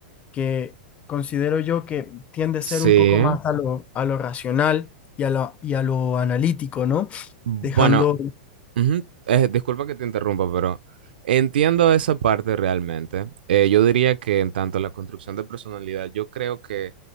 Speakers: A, on the left; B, on the right.
A: que, considero yo que tiende a
B: Sí.
A: ser un poco más a lo, a lo racional y a lo, y a lo analítico, ¿no?
B: Bueno,
A: Dejando...
B: Ujú. Eh, disculpa que te interrumpa, pero entiendo esa parte realmente. Eh, yo diría que en tanto la construcción de personalidad, yo creo que